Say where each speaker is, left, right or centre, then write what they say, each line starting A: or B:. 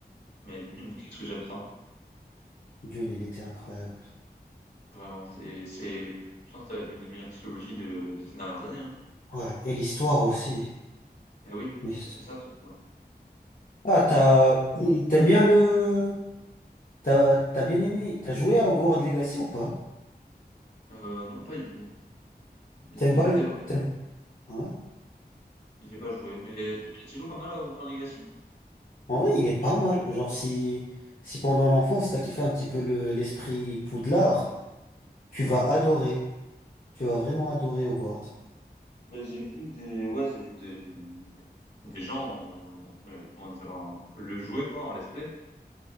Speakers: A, on the left; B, on the left.
A: Mais Dune, qu'est-ce que j'aime ça.
B: Dune, il était incroyable.
A: Vraiment, c'est, c'est, je pense que ça va être l'une des meilleures trilogies de, de ces dernières années. Hein.
B: Ouais, et l'histoire aussi.
A: Eh oui,
B: L'histo-
A: eh, c'est ça surtout. hein.
B: Ah, t'as t'aimes bien le t'as t'as bien aimé. T'as joué à Hogwarts Legacy ou pas?
A: Euh, non, pas du tout. J'ai
B: T'aimes pas le
A: j'ai-
B: t'aimes- ouais.
A: j'ai pas joué, mais t- tu joues pas mal à Hogwarts Legacy?
B: En vrai, il est pas mal. Genre si si pendant l'enfance t'as kiffé un petit peu le l'esprit Poudlard, tu
A: Ouais.
B: vas adorer. Tu vas vraiment adorer Hogwarts.
A: ben j'ai vu des, ouais, j'ai vu des, hum, des gens, en- euh, comment dire, en- le jouer quoi, en let's play.